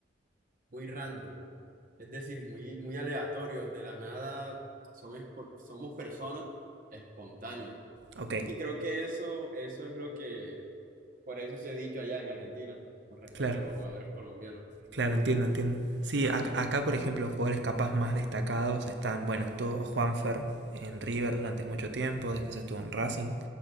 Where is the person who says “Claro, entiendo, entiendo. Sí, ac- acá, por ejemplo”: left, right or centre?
Right